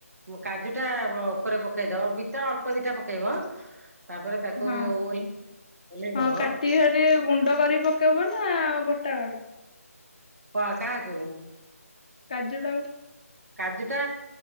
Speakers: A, on the right; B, on the left.
A: କାଜୁ ଟା ଉପରେ ପକେଇଦବ ଭିତ ଅଳ୍ପ ଦିଟା ପକେଇବ। ତାପରେ ତାକୁ
B: ହଁ
A: ଓହ୍ଲେଇ ଓହ୍ଲେଇଦବ
B: ହଁ କାଟିକି ଗୁଣ୍ଡ କରି ପକେଇବ ନା ଗୋଟା ଗୋଟା
A: ହଁ କାହାକୁ?
B: କାଜୁ ଟାକୁ
A: କାଜୁ ଟା